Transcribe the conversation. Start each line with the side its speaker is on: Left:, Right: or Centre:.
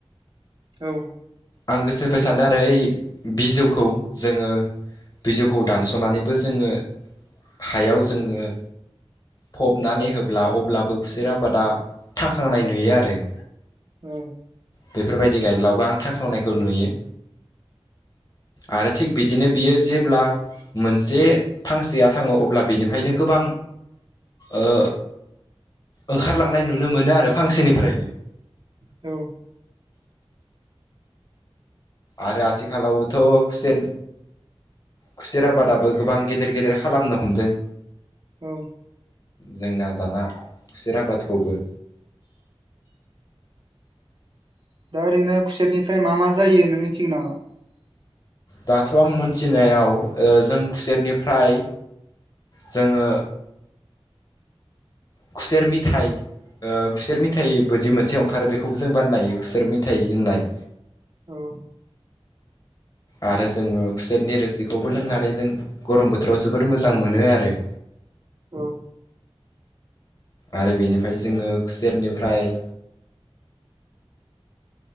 Right: औ
Left: आं गोसोनिफाय सानो आरो ओइ बिजौखौ जोङो बिजौखौ दानस'नानैबो जोङो हायाव जोङो फबनानै होब्ला अब्लाबो खुसेर आबादा थांखांनाय नुयो आरो
Right: औ
Left: बेफोरबायदि गायब्लाबो आं थांखांनायखौ नुयो आरो थिग बिदिनो बियो जेब्ला मोनसे फांसेया थाङो अब्ला बेनिफ्रायनो गोबां ओ ओंखारलांनाय नुनो मोनो आरो फांसेनिफ्रायनो
Right: औ
Left: आरो आथिखालावबोथ' खुसेर खुसेर आबादाबो गोबां गेदेर गेदेर खालामनो हमदों
Right: औ
Left: जोंना दाना खुसेर आबादखौबो
Right: दा ओरैनो खुसेरनिफ्राय मा मा जायो नों मिथिगो नामा
Left: दाथ' आं मोनथिनायाव जों खुसेरनिफ्राय जोङो खुसेर मिथाइ खुसेर मिथायाइ बदि मोनसे ओंखारो बेखौ बेखौबो जों बाननायो खुसेर मेथाइ होननाय
Right: औ
Left: आरो जोङो खुसेरनि रोसिखौबो लोंनानै जों गरम बोथोराव जोबोर मोजां मोनो आरो
Right: औ
Left: आरो बेनिफ्राय जोङो खुसेरनिफ्राय